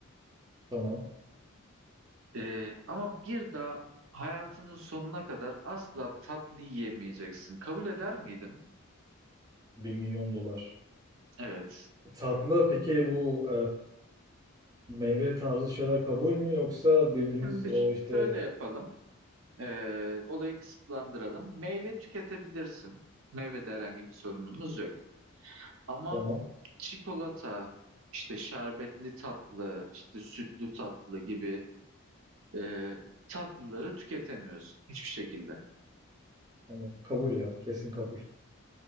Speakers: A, on the right; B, on the right.
A: tamam.
B: Ee, ama bir daha hayatının sonuna kadar asla tatlı yiyemeyeceksin. Kabul eder miydin?
A: Bir milyon dolar.
B: Evet.
A: Tatlı peki bu e, meyve tarzı şeyler kabul mü yoksa bildiğimiz
B: Şimdi
A: o işte
B: şöyle yapalım. Ee, olayı kısıtlandıralım. Meyve tüketebilirsin. Meyvede herhangi bir sorunumuz yok. Ama
A: tamam.
B: çikolata, işte şerbetli tatlı, işte sütlü tatlı gibi e, tatlıları tüketemiyorsun hiçbir şekilde.
A: Tamam. Kabul ya. Kesin kabul.